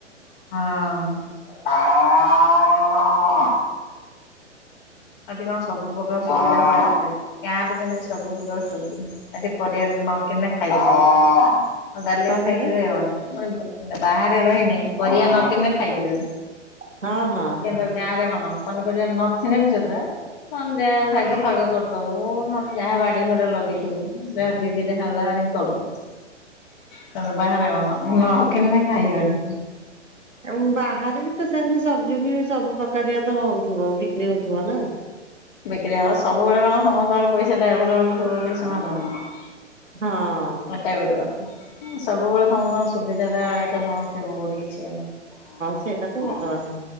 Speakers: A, on the left (about 45°); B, on the right (about 85°).
A: ହଁ। ଏଠି କଣ ସବୁ ପ୍ରକାର ସୁବିଧା <unintelligible> ଗାଁରେ ଯେମିତି ସବୁ ପ୍ରକାର ଶୁବିଧା ନ୍ କିଣିଲେ ଖାଇପାରିବନି ଆଉ ଡାଲିରେ
B: କଣ
A: ଖାଇକି
B: କହିଲେ
A: ରହିବ ନା ବାହାରେ ରହିନେ ପରିବା ନ କିଣିନେ ଖାଇପାରିବନି।
B: ହଁ ହଁ ହଁ।
A: କିନ୍ତୁ ଗାଁ ରେ କଣ ପନିପରିବା ନଥିଲେ ବି ସୁଧା ନହେ ଯାହା ଶାଗ ଫାଗ କରିଦବୁ ନହେଲେ ଯାହା ବାଡି ଘରେ ଲଗେଇଥିବୁ ଯାହା ଦିଦିଟା ହେଲା କରିଦୋବୁ ବାହାରେ କଣ ନ କିଣିନେ ଖାଇ ହବନି।
B: ଆଉ ବାହାରେ ବି ତ ସେମିତି ସବଜି ବି ସବୁ ପ୍ରକାରିଆ ତ ହଉଥିବ ବିକ୍ରି ହଉଥିବ ନା
A: କ୍ରି ହବ ସବୁବେଳେ କଣ ସମସ୍ତଙ୍କର ପଇସା ଟା ଅଭେଲେବୁଲ ଥିବ ବୋଲି କିଛି ମାନେ ନା।
B: ହଁ।
A: ଏଟା ବି ଗୋଟେ କଥା। ସବୁବେଳେ ସମସ୍ତଙ୍କ ସୁବିଧା ଟା ଏକା ସାଙ୍ଗରେ ଥିବ ବୋଲି କି ଛି ହଁ।
B: ସେଇଟା ତ ସତ କଥା କଣ